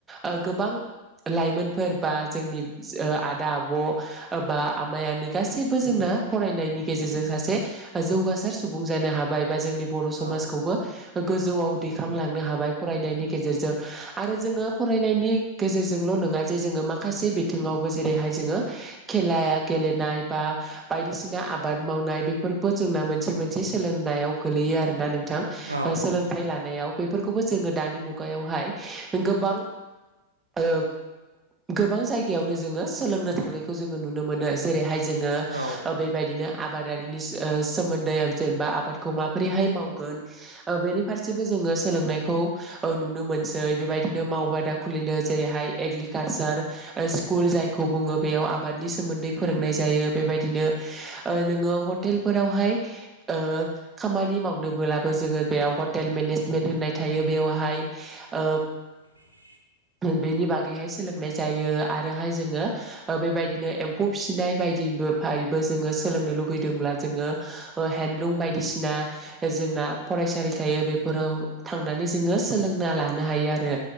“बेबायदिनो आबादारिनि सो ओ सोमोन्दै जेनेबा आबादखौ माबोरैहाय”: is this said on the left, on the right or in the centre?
Right